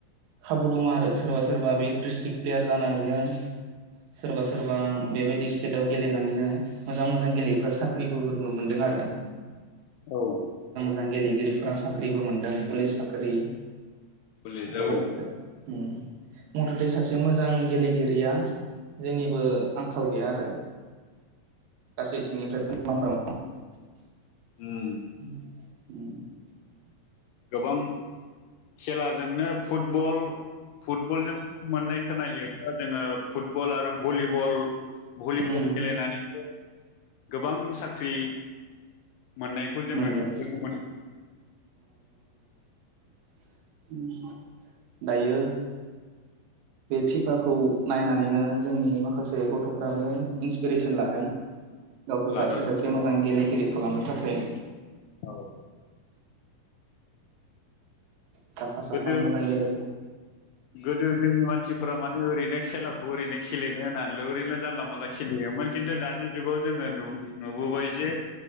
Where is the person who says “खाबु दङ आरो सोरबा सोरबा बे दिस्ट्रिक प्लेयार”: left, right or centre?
Right